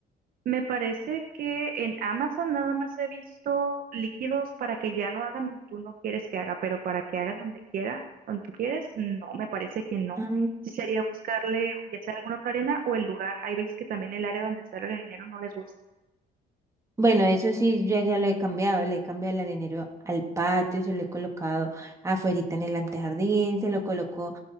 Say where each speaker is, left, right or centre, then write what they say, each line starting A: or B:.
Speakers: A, on the right; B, on the right.
A: Me parece que en Amazon nada más he visto líquidos para que ya no hagan donde tú no quieres que haga, pero para que hagan donde quiera, donde tú quieres, no, me parece que no.
B: Ah,
A: Sí sería buscarle ya sea alguna otra arena o el lugar. Hay veces que también el área donde está el arenero no les gusta.
B: Bueno, eso sí, yo ya lo he cambiado, le he cambiado el arenero al patio, se lo he colocado afuerita en el antejardín, se lo colocó